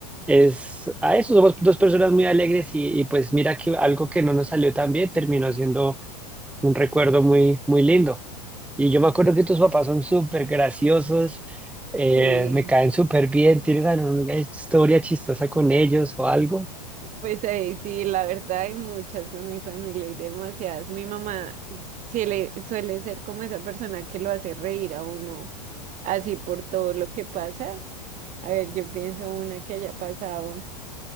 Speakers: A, in the centre; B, on the right (about 35°).
A: es a eso. Somos dos personas muy alegres y, y pues mira que algo que no nos salió tan bien terminó siendo un recuerdo muy, muy lindo. Y yo me acuerdo
B: Que
A: que tus papás son súper graciosos, eh,
B: sí.
A: me caen súper bien. ¿Tienes alguna historia chistosa con ellos o algo?
B: Pues ahí sí, la verdad hay muchas con mi familia y demasiadas. Mi mamá sí le suele ser como esa persona que lo hace reír a uno, así por todo lo que pasa. A ver, yo pienso una que haya pasado.